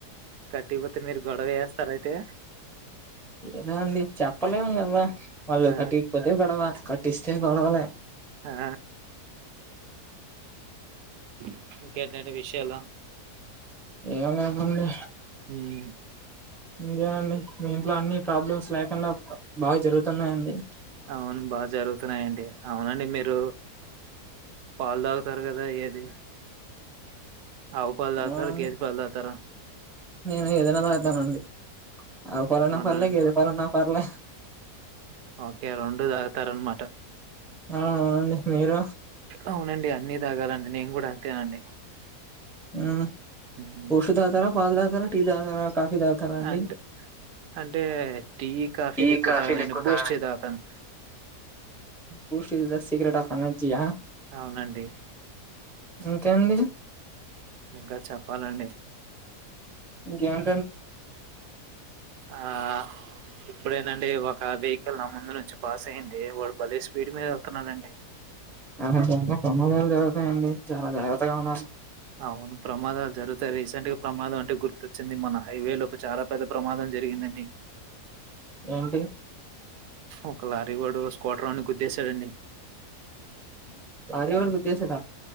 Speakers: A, on the right; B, in the centre.
A: కట్టియకపోతే మీరు గొడవ చేస్తారయితే
B: ఏదో అండి చెప్పలేము కదా! వాళ్ళు
A: ఆ
B: కటియకపోతే గొడవ కటిస్తే గొడవ లే.
A: ఆ ఇంకేంటండి విషయాలు?
B: ఏం లేవండి
A: హ్మ్
B: ఇంకేం అండి మీ ఇంట్లో అన్ని ప్రాబ్లమ్స్ లేకుండ బాగా జరుగుతున్నాయండి?
A: అవును బాగా జరుగుతున్నాయండి అవునండి మీరు పాలు తాగుతారు కదా ఏది. ఆవు పాలు తాగుతారా,
B: అవునండి
A: గేదె పాలు తాగుతారా?
B: నేను ఏదైనా తాగుతానండి ఆవు పాలైన
A: రెండునే
B: పర్లే గేదె పాలైన పార్లే
A: ఓకే రెండు తాగుతారన్నమాట
B: ఆ అండి మీరు
A: అవునండి అన్ని తాగాలండి నేను కూడా అంతేనండి
B: ఉమ్
A: హ్మ్.
B: బూస్ట్ తాగుతారా, పాలు తాగుతారా, టీ తాగుతారా, కాఫీ తాగుతారా అండి
A: అంటే అంటే టీ కాఫీలు
B: ఈ
A: ఎక్కువ
B: కాఫీ
A: తాగనండి
B: లేకుత
A: బూస్ట్ టీ తాగుతాను
B: బూస్టి the secret of a of energy ఆ
A: అవునండి
B: ఇంకా అండి
A: ఇంకా చెప్పాలండి
B: ఇం
A: ఆ ఇప్పుడేనండి ఒక ఆ వెహికల్ నా ముందు నుంచి పాస్ అయ్యింది వాళ్ళు భలే స్పీడ్ మీద వెళ్తున్నారండి
B: అ చాలా సమాదాలు జరుగుతాయండి చాలా జాగ్రత్తగా ఉన్నారు
A: అవును ప్రమాదాలు జరుగుతాయి రీసెంట్ గా ప్రమాదం అంటే గుర్తొచ్చింది మన హైవే లోపు చాలా పెద్ద ప్రమాదం జరిగిందండి
B: ఏంటి
A: ఒక లారీ కూడా స్క్వాట రౌడ్ గుద్దేసాడండి
B: లారీ వోడు గుద్దేసాడ